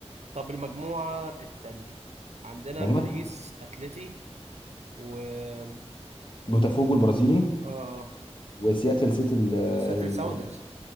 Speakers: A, on the right; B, on the left.
A: طب المجموعة التانية عندنا
B: مجموعه
A: باريس اتلتي و اه
B: بوتافوجو البرازيلي
A: آه.
B: وسياتل سيتي ال ال-
A: وسياتل ساوندرز